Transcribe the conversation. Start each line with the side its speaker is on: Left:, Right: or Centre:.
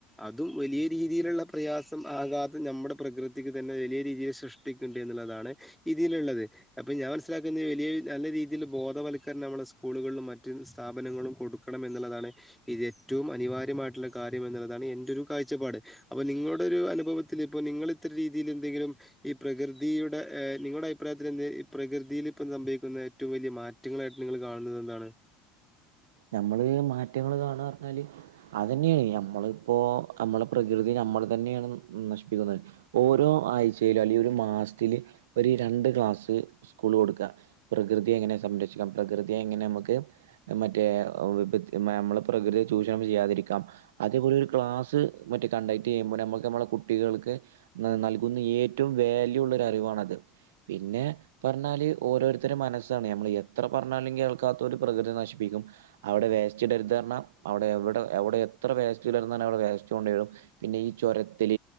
Centre: അതും വലിയ രീതിയിലുള്ള പ്രയാസം ആകാതെ നമ്മുടെ പ്രകൃതിക്ക് തന്നെ വലിയ രീതിയിൽ സൃഷ്ടിക്കണ്ടെന്നു താണ് ഇതിലുള്ളത് അപ്പൊ ഞാൻ മനസ്സിലാക്കുന്നത് വലിയ നല്ല രീതിയിൽ ബോധവത്ക്കരണം നമ്മുടെ സ്കൂളുകളിൽ മറ്റ് സ്ഥാപനങ്ങളും കൊടുക്കണം എന്നുള്ളതാണ് ഇത് ഏറ്റവും അനിവാര്യമായിട്ടുള്ള കാര്യം എന്നുള്ളതാണ് എന്റെരു ഒരു കാഴ്ചപ്പാട് അപ്പൊ നിങ്ങളുടെ ഒരു അനുഭവത്തിൽ ഇപ്പ നിങ്ങൾ ഇത്ര രീതിയിൽ എന്തെങ്കിലും ഈ പ്രകൃതിയുടെ നിങ്ങളുടെ അഭിപ്രായത്തിൽ എന്ത് പ്രകൃതിയിൽ ഇപ്പം സംഭവിക്കുന്ന ഏറ്റവും വലിയ മാറ്റങ്ങളായിട്ട് നിങ്ങൾ കാണുന്നത് എന്താണ്
Right: നമ്മള് മാറ്റങ്ങള്ൾ കാണ പറഞ്ഞാല് അത്ന്നെയാണ് നമ്മളിപ്പോ നമ്മളെ പ്രകൃതി നമ്മൾ തന്നെയാണ് നശിപ്പിക്കുന്നത് ഓരോ ആഴ്ചയിലും അല്ലെ ഒരു മാസത്തില് ര ക്ലാസ്സ് സ്കൂൾ കൊടുക്കാം പ്രകൃതിയ എങ്ങനെ സംരക്ഷിക്കാം പ്രകൃതിയെ എങ്ങനെ നമുക്ക് മറ്റ നമ്മ പ്രകൃതി ചൂഷണം ചെയ്യാതിരിക്കാം അതേപോലെ ക്ലാസ് മറ്റേ കണ്ട ചെയ്പോ നക്ക് നമ്മ കുട്ടികൾക്ക് നൽകുന്ന ഏറ്റവും വാല്യ ഉള്ള ഒരു അറിവാണ്ത് പിന്നെ പറഞ്ഞാൽ ഓരോരുത്തരുടെ മനസ്സാണ് നമ്മൾ എത്ര പറഞ്ഞാലും കേൾക്കാത്ത ഒരു പ്രകൃതി നശിപ്പിക്കും അവിടെ വേസ്റ്റ്ിലരുതഞ്ഞ അവിടെ എവിടെ എവിടെ എത്ര വേസ്റ്റുന്ന അവിടെ വേസ്ണ്ട വരും പിന്നെ പിന്നെ ഈ ചുരത്തിൽ